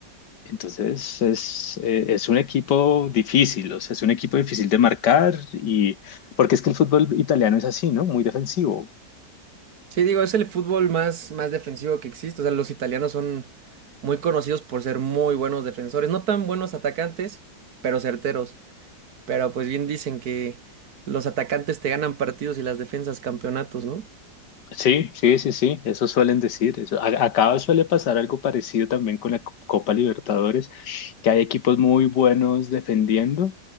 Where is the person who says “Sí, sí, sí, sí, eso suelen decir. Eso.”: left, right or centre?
Left